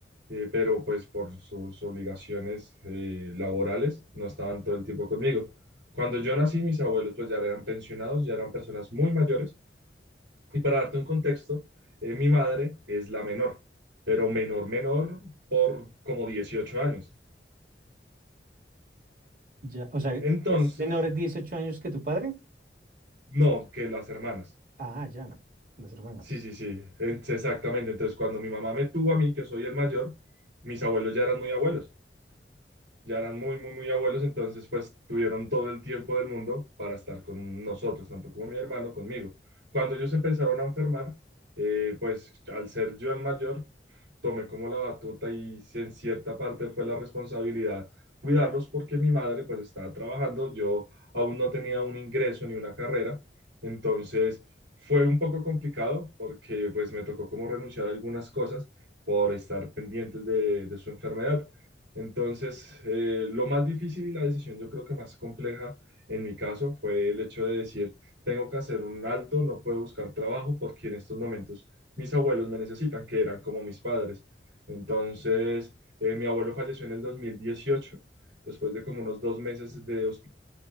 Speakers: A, on the right; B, on the right.
A: eh, pero pues por sus obligaciones eh, laborales no estaban todo el tiempo conmigo. Cuando yo nací, mis abuelos pues ya eran pensionados, ya eran personas muy mayores, y para darte un contexto, eh, mi madre es la menor, pero menor, menor por como 18 años.
B: Ya, o sea,
A: Entonces,
B: ¿es menor de 18 años que tu padre?
A: no, que las hermanas.
B: Ah, ya, las hermanas.
A: Sí, sí, sí, Ent- exactamente. Entonces, cuando mi mamá me tuvo a mí, que soy el mayor, mis abuelos ya eran muy abuelos ya eran muy, muy, muy abuelos, entonces pues tuvieron todo el tiempo del mundo para estar con nosotros, tanto como mi hermano, conmigo. Cuando ellos empezaron a enfermar, eh, pues al ser yo el mayor, tomé como la batuta y si en cierta parte fue la responsabilidad cuidarlos porque mi madre pues estaba trabajando, yo aún no tenía un ingreso ni una carrera, entonces fue un poco complicado porque pues me tocó como renunciar a algunas cosas por estar pendientes de de su enfermedad entonces, eh, lo más difícil y la decisión yo creo que más compleja en mi caso fue el hecho de decir, tengo que hacer un alto, no puedo buscar trabajo porque en estos momentos mis abuelos me necesitan, que eran como mis padres. Entonces, eh, mi abuelo falleció en el 2018 después de como unos dos meses de